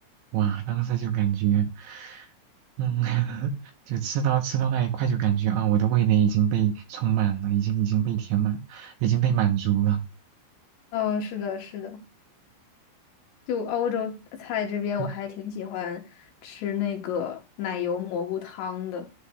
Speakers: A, on the right; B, on the left.
A: 哇，当时就感觉，嗯，<laughs> 就吃到吃到那一块就感觉啊，我的味蕾已经被充满了，已经已经被填满，已经被满足了。
B: 嗯，是的，是的，就欧洲菜这边我还挺喜欢吃那个奶油蘑菇汤的，
A: 嗯